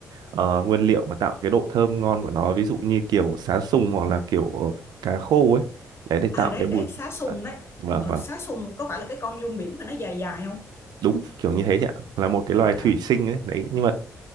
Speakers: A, on the right; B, on the left.
A: ờ, nguyên liệu mà tạo cái độ thơm ngon của nó ví dụ như kiểu sá sùng hoặc là kiểu cá khô ấy đấy để tạo
B: À đấy
A: cái mùi
B: đấy xá sùng đấy.
A: vâng
B: Ờ,
A: vâng
B: xá sùng có phải là cái con giun biển mà nó dài dài không?
A: đúng kiểu như thế chị ạ là một cái loài
B: À
A: thủy sinh ấy. đấy nhưng mà